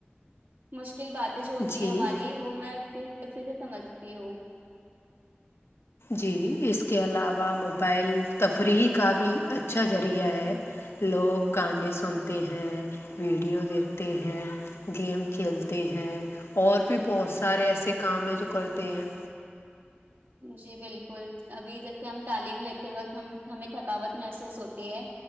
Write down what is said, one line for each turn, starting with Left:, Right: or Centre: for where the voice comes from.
Right: مشکل باتیں جو
Left: جی
Right: تھی ہماری وہ میں اس سے اسی سے سمجھتی ہوں
Left: جی اس کے علاوہ موبائل تفریح کا بھی اچھا ذریعہ ہے لوگ گانے سنتے ہیں ویڈیو دیکھتے ہیں گیم کھیلتے ہیں اور بھی بہت سارے ایسے کام ہیں جو کرتے ہیں
Right: جی بالکل ابھی جیسے ہم تعلیم لیتے وقت ہم ہمیں تھکاوت محسوس ہوتی ہے